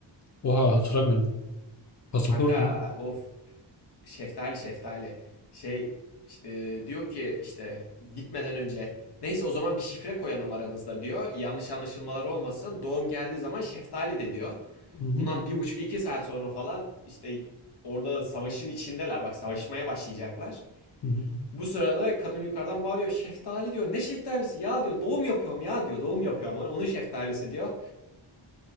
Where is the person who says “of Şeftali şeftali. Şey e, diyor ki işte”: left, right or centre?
Left